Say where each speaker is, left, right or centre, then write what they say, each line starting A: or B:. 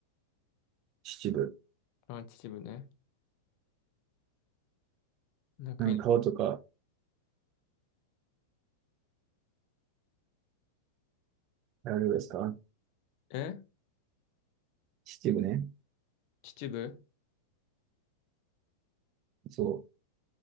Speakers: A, on the right; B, on the left.
A: 秩父。
B: あ、秩父ね。なんかい、
A: なんか川とか、あれですか
B: え
A: 秩父ね。
B: 秩父
A: そ